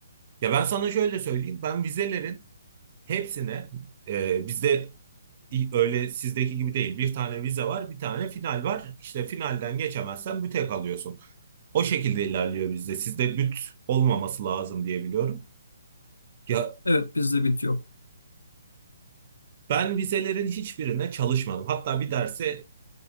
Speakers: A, on the right (about 45°); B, on the left (about 85°).
A: Ya ben sana şöyle söyleyeyim. Ben vizelerin hepsine ee, bizde Öyle sizdeki gibi değil. Bir tane vize var, bir tane final var. İşte finalden geçemezsen büte kalıyorsun. O şekilde ilerliyor bizde. Sizde büt olmaması lazım diye biliyorum. Ya
B: Evet bizde bit yok.
A: ben vizelerin hiçbirine çalışmadım. Hatta bir derse